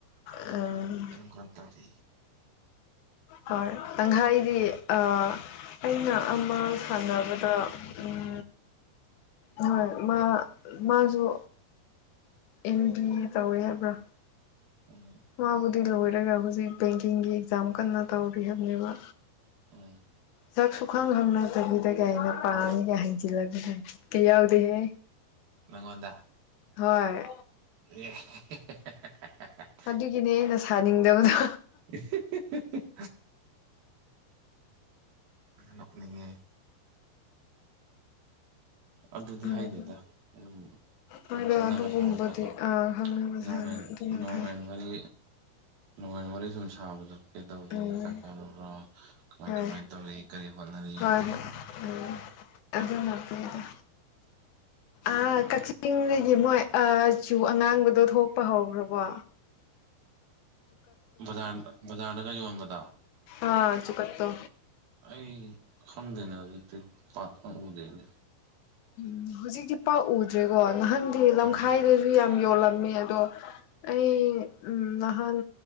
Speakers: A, on the left; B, on the right.
A: ꯎꯝ
B: ꯀꯔꯝ ꯀꯔꯝ ꯇꯧꯔꯤ
A: ꯍꯣꯏ ꯑꯪꯍꯥꯏꯗꯤ ꯑꯥ ꯑꯩꯅ ꯑꯃ ꯁꯥꯟꯅꯕꯗ ꯎꯟ ꯍꯣꯏ ꯃꯥ ꯃꯥꯖꯨ ꯑꯦꯝ ꯗꯤ ꯇꯧꯋꯦ ꯍꯥꯏꯕ꯭ꯔꯥ
B: ꯎꯝ
A: ꯃꯥꯕꯨꯗꯤ ꯂꯣꯏꯔꯒ ꯍꯧꯖꯤꯛ ꯕꯦꯡꯀꯤꯡꯒꯤ ꯑꯦꯛꯖꯥꯝ ꯀꯟꯅ ꯇꯧꯔꯤ ꯍꯥꯏꯕꯅꯦꯕ
B: ꯎꯝ
A: ꯁꯛꯁꯨꯨꯈꯥꯡ ꯈꯪꯅꯗꯕꯤꯗꯒ ꯑꯩꯅ ꯄꯥꯝꯃꯤꯒ ꯍꯥꯏꯖꯤꯜꯂꯛꯕꯗꯨ ꯀ ꯌꯥꯎꯗꯦꯍꯦ
B: ꯅꯪꯉꯣꯟꯗ
A: ꯍꯣꯏ
B: ꯑꯦ
A: ꯑꯗꯨꯒꯤꯅꯦ ꯑꯩꯅ ꯁꯥꯅꯤꯡꯗꯕꯗꯣ
B: <unintelligible> ꯅꯣꯛꯅꯤꯡꯉꯦ ꯑꯗꯨꯗꯤ
A: ꯎꯝ
B: ꯍꯥꯏꯗꯦꯗ ꯑꯗꯨꯝ ꯁꯨꯝ
A: ꯍꯣꯏꯗ
B: ꯈꯪꯅꯕ
A: ꯑꯗꯨꯒꯨꯝꯕꯗꯤ
B: ꯁꯥꯔꯒꯀꯣ
A: ꯑꯥ ꯈꯪꯅꯕ
B: ꯅꯣꯔꯃꯦꯜ
A: ꯁꯥꯅ ꯑꯗꯨꯅ
B: ꯅꯣꯔꯃꯦꯜ
A: ꯐꯩ
B: ꯋꯥꯔꯤ ꯅꯣꯕꯦꯝꯕꯔꯗꯤ ꯁꯨꯝ ꯁꯥꯕꯗꯣ ꯀꯩꯗꯧꯔꯤ
A: ꯎꯝ
B: ꯆꯥꯛ ꯆꯥꯔꯕ꯭ꯔꯥ ꯀꯃꯥꯏ
A: ꯍꯣꯏ
B: ꯀꯃꯥꯏ
A: ꯍꯣꯏ
B: ꯇꯧꯔꯤ ꯀꯔꯤ ꯍꯣꯠꯅꯔꯤ
A: ꯍꯣꯏ ꯎꯝ ꯑꯗꯨꯅ ꯑꯩꯈꯣꯏꯗ ꯑꯥ ꯀꯛꯆꯤꯡꯗꯒꯤ ꯃꯣꯏ ꯑꯥ ꯆꯨ ꯑꯉꯥꯡꯕꯗꯣ ꯊꯣꯛꯄ ꯍꯧꯔꯕꯣ
B: ꯕꯖꯥꯔ ꯕꯖꯥꯔꯗꯒ ꯌꯣꯟꯕꯗꯣ
A: ꯑꯥ ꯆꯨ ꯀꯠꯇꯣ
B: ꯑꯩ ꯈꯪꯗꯦꯅꯦ ꯍꯧꯖꯤꯛꯇꯤ ꯄꯥꯠꯅ ꯎꯗꯦꯅꯦ
A: ꯎꯝ ꯍꯧꯖꯤꯛꯇꯤ ꯄꯥꯛ ꯎꯗ꯭ꯔꯦꯀꯣ ꯅꯍꯥꯟꯗꯤ ꯂꯝꯈꯥꯏꯗ
B: ꯎꯝ
A: ꯑꯗꯨ ꯌꯥꯝ ꯌꯣꯜꯂꯝꯃꯦ ꯑꯗꯣ ꯑꯩ ꯎꯝ ꯅꯍꯥꯟ